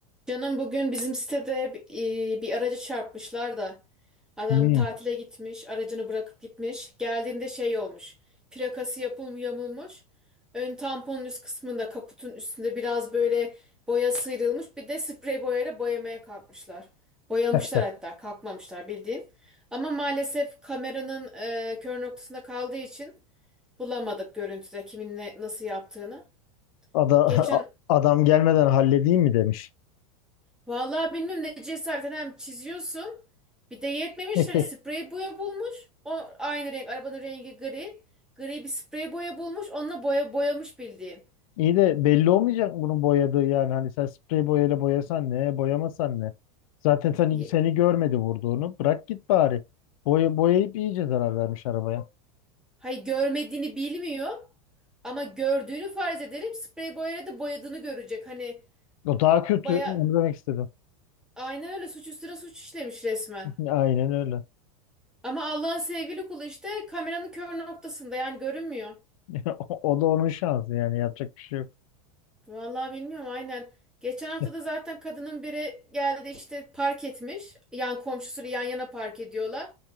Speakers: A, in the centre; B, on the left.
A: Canım bugün bizim sitede bir, e, bir aracı çarpmışlar da adam
B: Hmm.
A: tatile gitmiş, aracını bırakıp gitmiş. Geldiğinde şey olmuş. Plakası yapım yamulmuş. Ön tamponun üst kısmında kaputun üstünde biraz böyle boya sıyrılmış. Bir de sprey boyayla boyamaya kalkmışlar. Boyamışlar
B: <laughs>
A: hatta kalkmamışlar bildiğin. Ama maalesef kameranın e, kör noktasında kaldığı için bulamadık görüntüde kimin ne, nasıl yaptığını.
B: Ada-
A: Geçen
B: a- adam gelmeden halledeyim mi demiş.
A: Vallahi bilmiyorum ne cesaretten hem çiziyorsun. Bir de yetmemiş
B: <laughs>
A: hani sprey boya bulmuş. O aynı renk arabanın rengi gri. Gri bir sprey boya bulmuş. Onunla boya boyamış bildiğin.
B: İyi de belli olmayacak mı bunun boyadığı yani hani sen sprey boyayla boyasan ne boyamasan ne. Zaten seni,
A: Ye-
B: seni görmedi vurduğunu bırak git bari. Boya, boyayıp iyice zarar vermiş arabaya.
A: Hayır görmediğini bilmiyor. Ama gördüğünü farz edelim. Sprey boyayla da boyadığını görecek. Hani
B: O daha kötü
A: baya
B: onu demek istedim.
A: aynen öyle suç üstüne suç işlemiş resmen.
B: <laughs> Aynen öyle.
A: Ama Allah'ın sevgili kulu işte kameranın kör noktasında yani görünmüyor.
B: <laughs> O o da onun şansı yani yapacak bir şey yok.
A: Vallahi bilmiyorum aynen. Geçen hafta
B: <laughs>
A: da zaten kadının biri geldi işte park etmiş. Yan komşusuyla yan yana park ediyorlar.